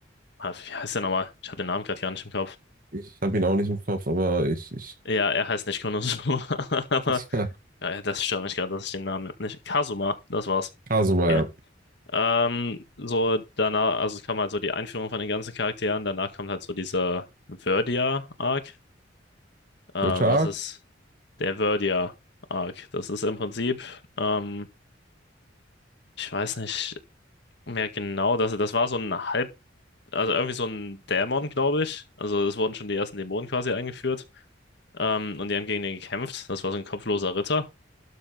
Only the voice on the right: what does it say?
Ich habe ihn auch nicht im Kopf, aber ich, ich,
ich, <laughs> ja.
Kasuma,
ja.
Welcher
Arc?